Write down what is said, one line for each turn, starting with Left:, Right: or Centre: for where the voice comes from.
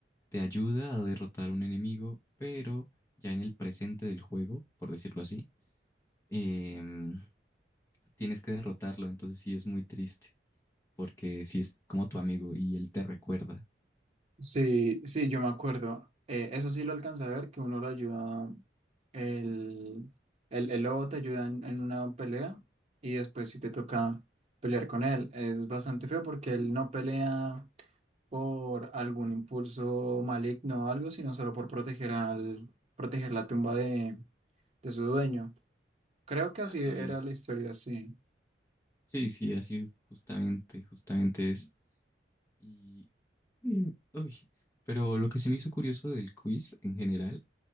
Left: te ayuda a derrotar a un enemigo, pero ya en el presente del juego, por decirlo así, em, tienes que derrotarlo, entonces sí es muy triste, porque sí es como tu amigo y él te recuerda
Right: sí, sí, yo me acuerdo. Eh, eso sí lo alcancé a ver, que uno lo ayuda, el, el, el lobo te ayuda en, en una pelea y después si te toca pelear con él. Es bastante feo porque él no pelea. por algún impulso maligno o algo, sino solo por proteger al, proteger la tumba de, de su dueño. Creo que
Left: de
Right: así
Left: Artorias.
Right: era la historia, sí.
Left: Sí, sí, así justamente, justamente es. Y, <clears throat> Mm. uy, pero lo que se me hizo curioso del quiz en general